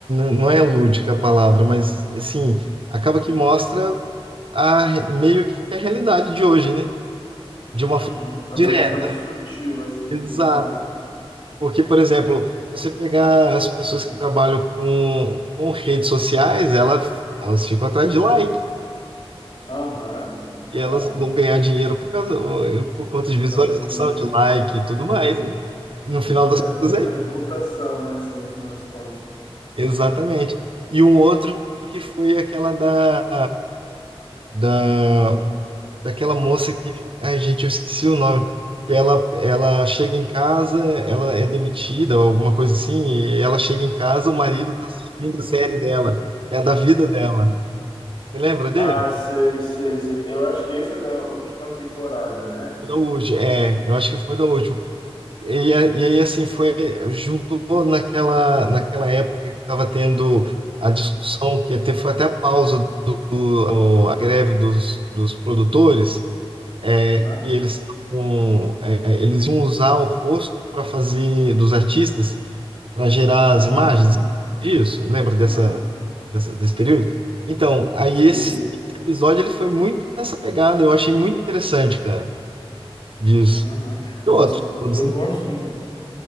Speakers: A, on the right; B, on the left.
A: n- não é lúdica a palavra, mas assim, acaba que mostra. a re- meio que a realidade de hoje, né? De uma
B: Uhum.
A: forma
B: Da
A: direta.
B: maneira mais
A: né?
B: sutil, assim.
A: Exato.
B: né? Aham,
A: Porque, por exemplo, se você pegar as pessoas que trabalham com, com redes sociais, ela, elas ficam atrás de like.
B: aham, total.
A: E elas vão ganhar dinheiro por causa, por conta de
B: Por
A: visualização,
B: causa disso.
A: de like e tudo
B: Aham.
A: mais. né? No final
B: E
A: das
B: da
A: contas é isso.
B: reputação, né, assim, no final das contas.
A: Exatamente. E um outro que foi aquela da, da daquela moça que, ai, gente, eu esqueci o nome. Que ela, ela chega em casa, ela é demitida, ou alguma coisa assim, e ela chega em casa, o marido tá assistindo a série dela, que é a da vida dela. Você lembra dele?
B: Ah, sei, sei, sei. Eu acho que esse é da última temporada, né?
A: Foi Da última, é, eu acho que foi da última. E, a- e aí, assim, foi, juntou naquela, naquela época que estava tendo a discussão, que até, foi até a pausa do, do- a greve dos, dos produtores. é,
B: Hã?
A: que eles tavam, é, eles iam usar o rosto para fazer dos artistas para gerar
B: Aham,
A: as imagens disso. Lembra dessa,
B: aham.
A: dessa- desse período? Então, aí
B: Sei,
A: esse
B: sei.
A: episódio ele foi muito nessa pegada. Eu achei muito interessante, cara, disso.
B: Aham.
A: E outros,
B: Nossa,
A: todos,
B: eu
A: né?
B: gosto, mu-